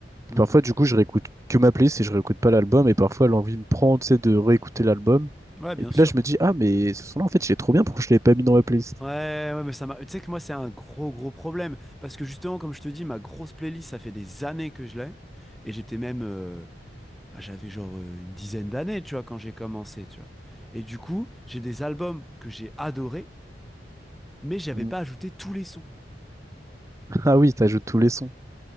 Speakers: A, in the centre; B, on the right.
A: Hmm.
B: Parfois, du coup, je réécoute que ma playlist et je réécoute pas l'album. Et parfois, l'envie me prend, tu sais, de réécouter l'album.
A: Ouais, bien
B: Et puis
A: sûr.
B: là, je me dis, ah, mais ce son-là, en fait, il est trop bien. Pourquoi je l'avais pas mis dans ma playlist?
A: Ouais, ouais, mais ça m'a. Tu sais que moi, c'est un gros, gros problème. Parce que justement, comme je te dis, ma grosse playlist, ça fait des années que je l'ai. Et j'étais même. euh, bah, j'avais genre euh, une dizaine d'années, tu vois, quand j'ai commencé, tu vois. Et du coup, j'ai des albums que j'ai adorés, mais j'avais
B: Mm.
A: pas ajouté tous les sons.
B: <laughs> Ah oui, t'ajoutes tous les sons.